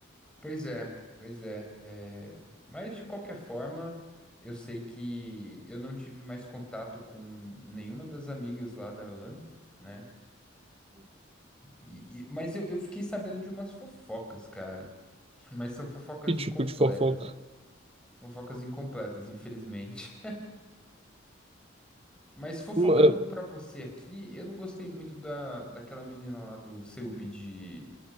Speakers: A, in the centre; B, on the right.
A: Pois é, pois é, é, Mas de qualquer forma, eu sei que eu não tive mais contato com nenhuma das amigas lá da Ana, né? E, e- Mas eu, eu fiquei sabendo de umas fofocas, cara. <laughs> Mas são fofocas
B: Que tipo
A: incompletas.
B: de fofoca?
A: Fofocas incompletas, infelizmente. <laughs> Mas fofocando
B: Uma-
A: pra você aqui, eu não gostei muito da, daquela menina lá do CEUB de,